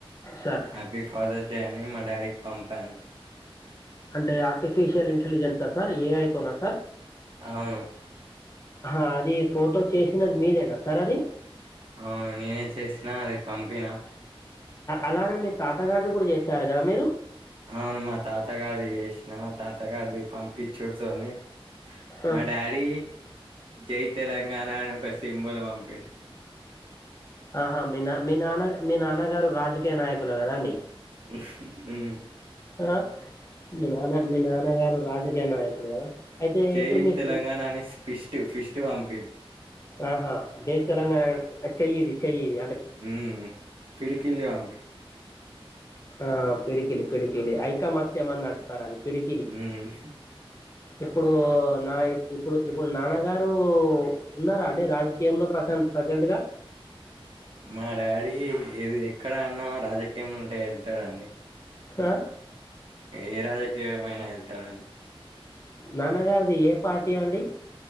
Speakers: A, on the left (about 35°); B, on the right (about 65°).
A: సార్
B: హ్యాపీ ఫాదర్స్ డే అని మా డాడీకి పంపాను
A: అంటే ఆర్టిఫిషియల్ ఇంటెలిజెన్స సార్ ఏఐ తోనా సార్
B: అవును
A: ఆ అది ఫోటో చేసినది. మీదేనా సార్ అది
B: అవును నేనే చేసినా అది పంపినా
A: అలానే మీ తాతగారిది కూడా చేసారు కదా మీరు
B: అవును మా తాత గారిది చేసిన తాత గారిది పంపించూడుతొని
A: ఆ.
B: మా డాడీ జై తెలంగాణ అని ఒక సింబుల్ పంపిండు
A: ఆహా మీ నా మీ నాన్న మీ నాన్నగారు రాజకీయ నాయకులు కదాండి
B: హ్
A: ఆ మీ నాన్న మీ నాన్నగారు రాజ నాయకుడు కదా అయితే
B: జై
A: ఇప్పుడు మీ
B: తెలంగాణ అని ఫిస్ట్ ఫిస్ట్ పంపిండు
A: ఆహా జై తెలంగాణ చెయ్యిది చెయ్యిది
B: ఉమ్ పిడికిలి అంటార్
A: ఆ పిడుకిలి పిడుకిలి ఐకమత్యం అన్నట్టు సార్ అది పిడుకిలి
B: ఉమ్.
A: ఇప్పుడు నా ఇప్పుడు ఇప్పుడు నాన్నగారు ఉన్నారా అండి రాజకీయంలో ప్రజెంట్ గా
B: మా డాడీ ఏది ఎక్కడ అన్నా రాజకీయం ఉంటే వెళ్తాడండి
A: ఆ
B: ఏ రాజకీయమైనా వెళ్తాడండి
A: నాన్నగారిది ఏ పార్టీ అండి